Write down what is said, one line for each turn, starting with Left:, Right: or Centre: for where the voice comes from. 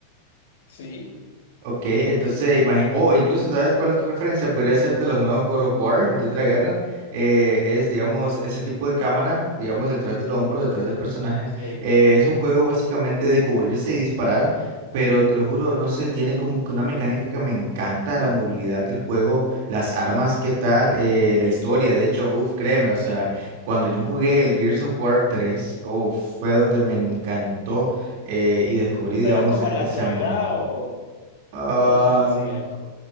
Left: Sí.
Right: Ok, entonces imagínate, o incluso, ¿sabes cuál otra referencia? Podría ser de los nuevos God of War, el Dios de la Guerra. eh, es, digamos, ese tipo de cámara, digamos, detrás del hombro, detrás del personaje.
Left: Sí.
Right: eh, es un juego básicamente de cubrirse y disparar, pero te lo juro, no sé, tiene como que una mecánica que me encanta, la movilidad del juego, las armas, qué tal, eh, la historia. De hecho, uff, créeme, o sea, cuando yo jugué el Gears of War 3, uff, fue donde me encantó eh, y descubrí, digamos,
Left: Pero es como
Right: e-
Left: en la
Right: ese
Left: actualidad
Right: amor.
Left: o,
Right: Am,
Left: o es de fantasía, es